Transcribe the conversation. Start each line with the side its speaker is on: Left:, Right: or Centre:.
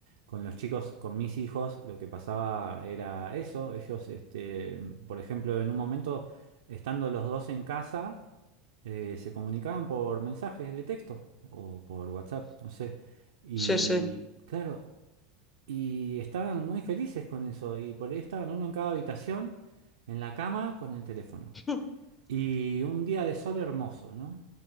Right: Con los chicos, con mis hijos, lo que pasaba era eso, ellos, este, por ejemplo, en un momento, estando los dos en casa, eh, se comunicaban por mensajes de texto o por WhatsApp, no sé. Y
Left: Sí, sí,
Right: claro, y estaban muy felices con eso. Y por ahí estaban uno en cada habitación, en la cama, con el teléfono.
Left: <laughs>
Right: Y un día de sol hermoso, ¿no?